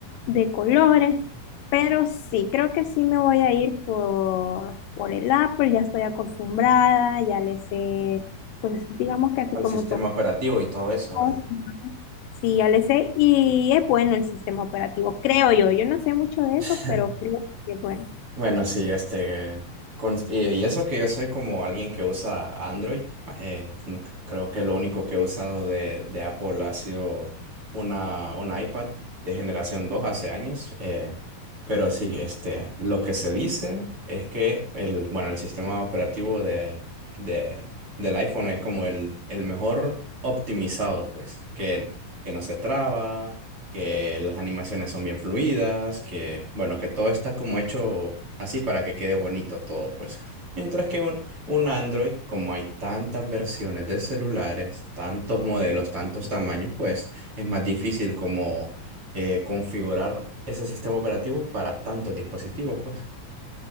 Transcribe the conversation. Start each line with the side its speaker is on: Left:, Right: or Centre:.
Left: de colores. Pero sí, creo que sí me voy a ir por, por el Apple. Ya estoy acostumbrada, ya le sé, pues digamos que así
Right: al
Left: como
Right: sistema operativo y todo eso, ¿verdad?
Left: todo. Sí, ya le sé. Y es bueno el sistema operativo, creo yo. Yo no sé mucho de
Right: <laughs>
Left: eso, pero creo que es bueno.
Right: Bueno, sí, este, con- y y eso que yo soy como alguien que usa Android, eh, n- creo que lo único que he usado de, de Apple ha sido una, un iPad de generación 2 hace años, eh, pero sí, este, lo que se dice es que el, bueno, el sistema operativo de, de- del iPhone es como el, el mejor optimizado, pues, que, que no se traba, que las animaciones son bien fluidas, que, bueno, que todo está como hecho así para que quede bonito todo, pues. Mientras que un, un Android, como hay tantas versiones de celulares, tantos modelos, tantos tamaños, pues es más difícil como eh, configurar ese sistema operativo para tantos dispositivos, pues.